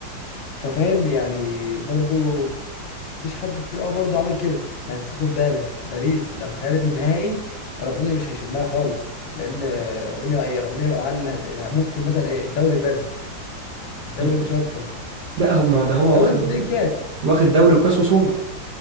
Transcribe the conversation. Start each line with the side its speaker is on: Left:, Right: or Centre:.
Left: ففاهم يعني برضو مفيش حد كتير قوي برضه عمل كده بس خد بالك باريس لو خدت النهائي رافينيا مش هيشمها خالص لان آه، رافينيا ايه رافينيا يبقى معاه اله- اله- ممكن مثلا ايه الدوري بس الدوري
Right: الف-
Left: مش
Right: <laughs>
Left: اكتر
Right: لا هما ده هو
Left: الدوري
Right: واخد
Left: واتنين كاس
Right: واخد دوري وكاس وسوبر